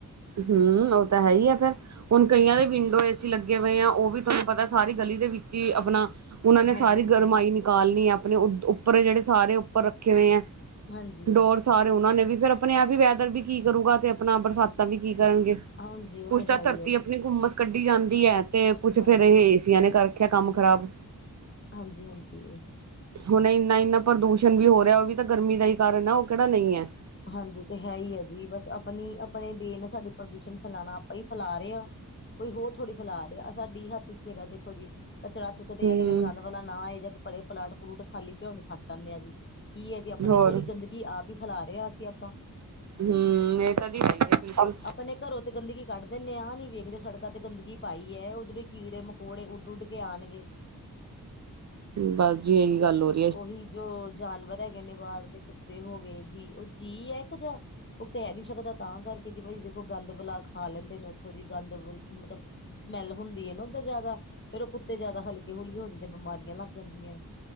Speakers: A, on the right (about 50°); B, on the left (about 30°).
A: ਹੂ, ਉਹ ਤਾਂ ਹੈ ਹੀ ਆ ਫੇਰ ਹੁਣ ਕਈਆਂ
B: ਹਾਂਜੀ
A: ਦੇ ਵਿੰਡੋ ਏਸੀ ਲੱਗੇ ਹੋਏ ਆ, ਉਹ ਵੀ ਤੁਹਾਨੂੰ ਪਤਾ ਸਾਰੀ ਗਲੀ ਦੇ, ਵਿੱਚ ਹੀ ਆਪਣਾ ਉਹਨਾਂ ਨੇ
B: ਹਾਂਜੀ
A: ਸਾਰੀ
B: ਹਾਂਜੀ
A: ਗਰਮਾਈ ਨ ਕਾਲਨੀ ਆਪਣੇ। ਉੱਪਰ ਜਿਹੜੇ ਸਾਰੇ ਉੱਪਰ ਰੱਖੇ ਹੋਏ ਹੈ
B: ਹਾਂਜੀ
A: ਡੋਰ ਸਾਰੇ ਉਹਨਾਂ ਨੇ, ਵੀ ਫਿਰ ਆਪਣੇ ਆਪ ਹੀ ਵੈਦਰ ਵੀ, ਕੀ ਕਰੂਗਾ ਤੇ, ਆਪਣਾ ਬਰਸਾਤਾਂ ਵੀ ਕੀ ਕਰਨਗੇ।
B: ਹਾਂਜੀ ਉਹ
A: ਕੁੱਛ
B: ਤੇ
A: ਤਾ
B: ਹੈ ਹੀ
A: ਧਰਤੀ
B: ਹੈ
A: ਆਪਣੀ
B: ਜੀ
A: ਗੂਮਸ ਕੱਢੀ ਜਾਂਦੀ ਹੈ। ਤੇ ਕੁਛ
B: ਹਾਂਜੀ
A: ਫੇਰ ਇਹ ਏਸੀਆਂ ਨੇ, ਕਰ ਰਖਿਆ ਕੰਮ ਖਰਾਬ।
B: ਹਾਂਜੀ ਹਾਂਜੀ
A: ਹੁਣ ਇੰਨਾ-ਇੰਨਾ ਪ੍ਰਦੂਸ਼ਣ ਵੀ ਹੋ ਰਿਹਾ, ਉਹ ਵੀ ਤਾਂ ਗਰਮੀ ਦਾ ਹੀ ਕਾਰਨ ਹੈ, ਉਹ ਕਿਹੜਾ ਨਹੀਂ ਹੈ।
B: ਹਾਂਜੀ, ਉਹ ਤੇ ਹੈ ਹੀ ਆ ਜੀ ਬਸ, ਆਪਣੀ ਆਪਣੇ ਦੇਨ ਆ ਪ੍ਰਦੂਸ਼ਣ ਫੈਲਾਣਾ, ਆਪਾਂ ਹੀ ਫੈਲਾ ਰਹੇਆ। ਕੋਈ ਹੋਰ ਥੋੜੀ ਫੈਲਾ ਰਿਹਾ। ਸਾਡੀ ਹੱਥ'ਚ ਹੈਗਾ ਦੇਖੋ ਜੀ। ਕਚੜਾ ਚੁੱਕਦੇ
A: ਹੂੰ
B: ਆ, ਇੱਕ ਦਿਨ ਗੰਦ ਵਾਲਾ ਨਾ ਆਏ ਜਾ ਪਰੇ ਪਲਾਟ-ਪਲੂਟ ਖਾਲੀ ਪਏ ਹੋਣ ਸੱਟ ਆਨੇ ਆ ਜੀ। ਕੀ ਹੈ ਜੀ? ਆਪਣੇ
A: ਹੋਰ
B: ਕੋਲ ਹੀ ਗੰਦਗੀ, ਆਪ ਹੀ ਫੈਲਾ ਰਹੇ ਅਸੀਂ ਆਪਾਂ।
A: ਹੂ, ਇਹ ਤਾਂ ਜੀ ਸਹੀ
B: ਆਪ
A: ਨਹੀਂ ਆ ਕੱਮ
B: ਆਪਣੇ ਘਰੋਂ ਤੇ ਗੰਦਗੀ ਕੱਢ ਦਿੰਦੇਆ, ਆਹ ਨੀ ਵੇਖਦੇ ਸੜਕਾਂ ਤੇ ਗੰਦਗੀ ਪਾਈਏ, ਉਹਦੋਂ ਹੀ ਕੀੜੇ, ਮਕੌੜੇ ਉੱਡ-ਉੱਡ ਕੇ ਆਉਣਗੇ।
A: ਬਸ ਜੀ, ਇਹੀ ਗੱਲ ਹੋਰ
B: ਉਹੀ ਜੋ ਜਾਨਵਰ ਹੈਗੇ ਨੇ ਬਾਹਰ ਦੇ ਕੁੱਤੇ ਹੋ ਗਏ ਜੀ, ਉਹ ਜੀਅ ਹੈ ਇੱਕ ਜਾਂ ਉਹ ਕਹਿ ਨੀ ਸਕਦਾ, ਤਾਂ ਕਰਕੇ ਜੇ ਭ ਦੇਖੋ ਗੰਦ ਬੁਲਾ ਖਾ ਲੈਂਦੇ ਨੇ ਉੱਥੋਂ ਜੀ ਗੰਦ ਮਤਲਬ ਸਮੈਲ ਹੁੰਦੀ ਹੈ ਨਾ ਉਹਦੇ ਜਿਆਦਾ ਫੇਰ ਉਹ ਕੁੱਤੇ ਜਿਆਦਾ ਹਲਕੇ-ਹੁਲਕੇ ਹੋ ਜਾਂਦੇਆ, ਬਿਮਾਰੀਆਂ ਲੱਗ ਜਾਂਦੀਆਂ।